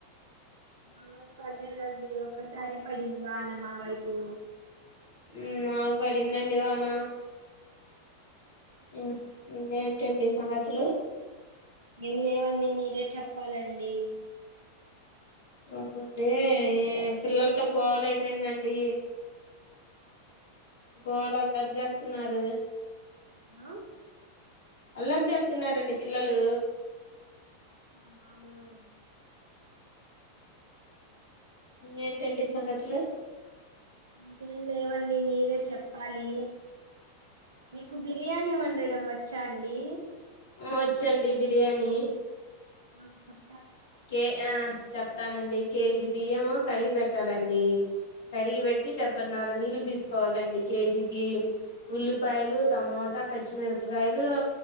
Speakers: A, on the right; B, on the left.
A: మావైప్ పడలేదండి ఒక్కసారే పడింది వాన మా వైపు
B: హ్మ్ మాక్ పడిందడి వాన హ్మ్ ఇంగెంటండి సంగతులు
A: ఏం లేవండి మీరే చెప్పాలండి
B: అవునండి ఏ పిల్లలతో గోల అయిపోయిందండి గోళ అల్లరి చేస్తన్నారు
A: అ
B: అల్లరి చేస్తున్నారండి పిల్లలు
A: నాలుగొ
B: ఇంగెంటండి సంగతులు
A: ఇంకేం లేవండి మీరే చెప్పాలి మీకు బిర్యానీ వండడం వచ్చా అండి
B: వచ్చండి బిర్యానీ
A: అ చెప్
B: కే ఆ చెప్తానండి కేజీ బియ్యము కడిగి పెట్టాలండి కడిగి పెట్టి డబ్బన్నర నీళ్ళు తీసుకోవాలండి కేజీకి ఉల్లిపాయలు తమోటా పచ్చిమిరపకాయలు